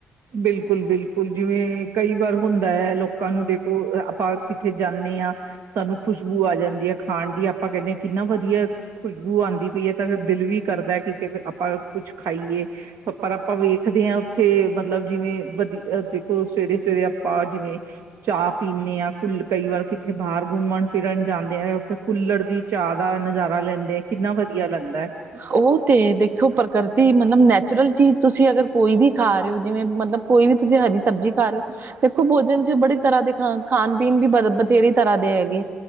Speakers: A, on the right; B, on the right.
A: ਬਿਲਕੁਲ -ਬਿਲਕੁਲ ਜਿਵੇਂ ਕਈ ਵਾਰ ਹੁੰਦਾ ਹੈ, ਲੋਕਾਂ ਨੂੰ ਦੇਖੋ। ਆਪਾਂ ਕਿੱਥੇ ਜਾਂਣੇ ਹਾਂ ਸਾਨੂੰ ਖੁਸ਼ਬੂ ਆ ਜਾਂਦੀ। ਖਾਣ ਦੀ ਆਪਾਂ ਕਹਿੰਦੇ ਹਾਂ ਕਿੰਨਾ ਵਧੀਆ ਖੁਸ਼ਬੂ ਆਉਂਦੀ ਪਈ ਹੈ, ਤਾਂ ਦਿਲ ਵੀ ਕਰਦਾ ਕਿ ਫਿਰ ਆਪਾਂ ਕੁਛ ਖਾਈਏ ਪਰ ਆਪਾਂ ਵੇਖਦੇ ਹਾਂ ਉੱਥੇ ਮਤ ਲਬ ਜਿਵੇਂ ਵਧੀ ਦੇਖੋ ਸਵੇਰੇ -ਸਵੇਰੇ ਆਪਾਂ ਜਿਵੇਂ ਚਾਹ ਪੀਂਣੇ ਹਾਂ, ਕੁੱਲ ਕਈ ਵਾਰ ਕਿੱਥੇ ਬਾਹਰ ਘੁੰਮਣ ਫਿਰਨ ਜਾਂਦੇ ਆ, ਉੱਥੇ ਕੁੂੱਲੜ ਦੀ ਚਾਹ ਦਾ ਨਜ਼ਾਰਾ ਲੈਂਦੇ ਆ, ਕਿੰਨਾ ਵਧੀਆ ਲੱਗਦਾ ਹੈ।
B: ਉਹ ਤੇ ਦੇਖੋ ਪ੍ਰਕਿਰਤੀ ਮਤਲਬ ਨੈਚੁਰਲ ਚੀਜ਼ ਤੁਸੀਂ ਅਗਰ ਕੋਈ ਵੀ ਖਾ ਰਹੇ ਹੋ ਜਿਵੇਂ ਮਤਲਬ ਕੋਈ ਵੀ ਤੁਸੀਂ ਹਰੀ ਸਬਜ਼ੀ ਖਾ ਰਹੇ ਹੋ, ਦੇਖੋ ਭੋਜਨ 'ਚ ਬੜੀ ਤਰ੍ਹਾਂ ਦੇ ਖ ਖਾਣ ਪੀਣ ਵੀ ਬਥੇਰੀ ਤਰ੍ਹਾਂ ਖਾਂਦੇ ਹੈਗੇ